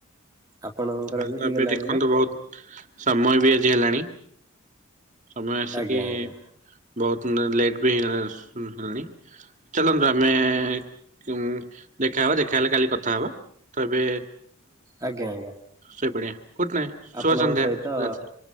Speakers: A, on the right (about 15°); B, on the right (about 40°).
A: ଆପଣଙ୍କର
B: ଆଉ
A: ବି
B: ତ
A: ହେଇଗଲାଣି
B: ଏବେ ଦେଖନ୍ତୁ
A: ନା
B: ବୋହୁତ୍ ସମୟ ବି ଆଜି ହେଲାଣି ସମୟ ଆସିକି
A: ଆଜ୍ଞା ଆଜ୍ଞା
B: ବୋହୁତ ଲେଟ୍ ବି ହେଇଗଲା ସୁ ହେଲାଣି ଚାଲନ୍ତୁ ଆମେ ଚୁଁ ଦେଖାହବ ଦେଖାହେଲେ କାଲି କଥା ହବା ତ ଏବେ
A: ଆଜ୍ଞା ଆଜ୍ଞା
B: ଶୋଇପଡିବା। ଗୁଡ୍ ନାଇଟ୍ ଶୁଭ
A: ଆପଣଙ୍କ
B: ସନ୍ଧ୍ୟା
A: ସହିତ
B: ରାତ୍ରି